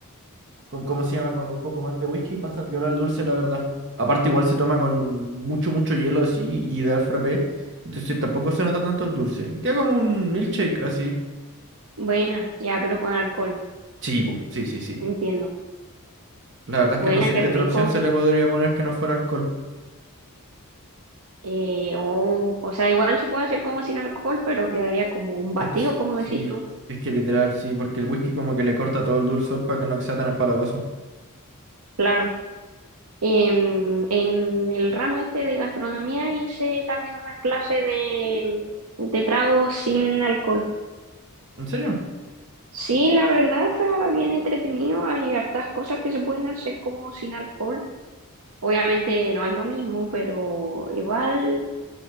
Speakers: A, on the right; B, on the right.
A: con, ¿cómo se llama? Con un poco más de whisky, pasa piola el dulce, la verdad. Aparte, igual se toma con mucho, mucho hielo así y ideal frappé. Entonces tampoco se nota tanto el dulce. Queda como un milkshake así.
B: Buena, ya, pero con alcohol,
A: Sí, po, sí, sí, sí.
B: entiendo.
A: La verdad es
B: Buena,
A: que no sé
B: qué
A: qué
B: rico.
A: otra opción se le podría poner que no fuera alcohol.
B: Eh, oh, o sea, igual se puede hacer como sin alcohol, pero quedaría como un batido,
A: Es que
B: como
A: sí,
B: decís tú.
A: es que literal sí, porque el whisky como que le corta todo el dulzor para que no sea tan empalagoso.
B: Claro. Em, en el ramo este de gastronomía hice también una clase de, de tragos sin alcohol.
A: ¿En serio?
B: Sí, la verdad está bien entretenido. Hay hartas cosas que se pueden hacer como sin alcohol. Obviamente no es lo mismo, pero igual